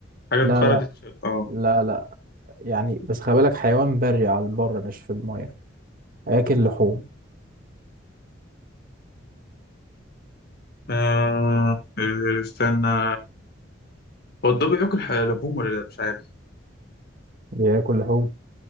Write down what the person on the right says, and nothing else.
لا
لا
لا لا يعني بس خلي بالك حيوان بري على البر مش في الميه هياكل لحوم
بياكل لحوم